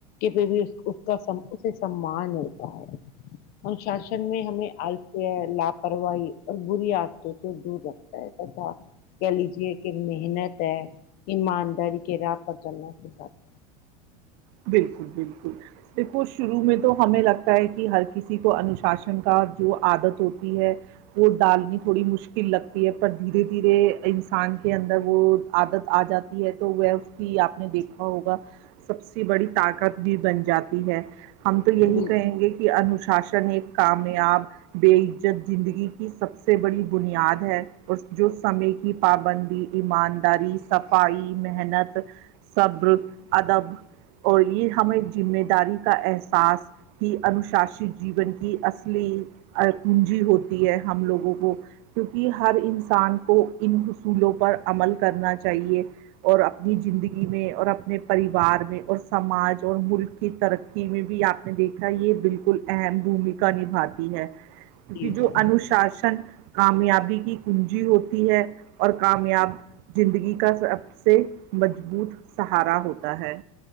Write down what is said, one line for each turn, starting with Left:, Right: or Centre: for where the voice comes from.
Left: پہ بھی اس کا اسے سمان ہوتا ہے انشاسن میں ہمیں لاپرواہی اور بری عادتوں سے دور رکھتا ہے <unintelligible> کہہ لیجے کہ محنت ہے ایمانداری کے راہ پر چلنا سکھاتا
Right: بالکل بالکل دیکھو شروع میں تو ہمیں لگتا ہے کہ ہر کسی کو انوشاسن کا جو عادت ہوتی ہے وہ ڈالنی تھوڑی مشکل لگتی پر دھیرے دھیرے انسان کے اندر وہ عادت آ جاتی ہے تو وہ اس کی آپ نے دیکھا ہوگا سب سے بڑی طاقت بھی بن جاتی ہے ہم تو یہی
Left: بالکل
Right: کہیں گے کہ انوشاسن ایک کامیاب بے عزت زندگی کی سب سے بڑی بنیاد ہے اور جو سمے کی پابندی ایمانداری صفائی محنت صبر ادب اور یہ ہمیں ذمہ داری کا احساس ہی انوشاست جیون کی اصلی کنجی ہوتی ہے ہم لوگوں کو کیونکہ ہر انسان کو ان حصولوں پر عمل کرنا چاہیے اور اپنی زندگی میں اور اپنے پریوار میں اور سماج اور ملک ترقی میں بھی آپ نے دیکھا یہ بالکل اہم بھومیکا نبھاتی ہے کیونکی
Left: جی جی
Right: جو انوشاسن کامیابی کی کنجی ہوتی ہے اور کامیاب زندگی کا سب سے مضبوط سہارا ہوتا ہے